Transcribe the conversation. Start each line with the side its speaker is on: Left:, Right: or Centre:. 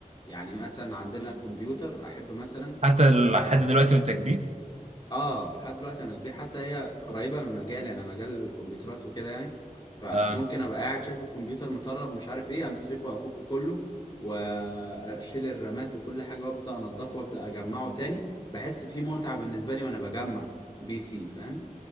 Left: يعني مثلا عندنا كمبيوتر احب مثلا
Right: حتى لحد
Left: اه
Right: دلوقتي وانت كبير
Left: آه، لحد دلوقتي انا كبير حتى هي قريبه من مجالي انا مجال الكمبيوترات وكده يعني فممكن
Right: اه
Left: ابقى قاعد شايف الكمبيوتر مطرب مش عارف ايه امسكه افكه كله واشيل الرامات وكل حاجه وابدا انضفه وابدا اجمعه تاني بحس فيه متعه بالنسبه لي وانا بجمع بي سي فاهم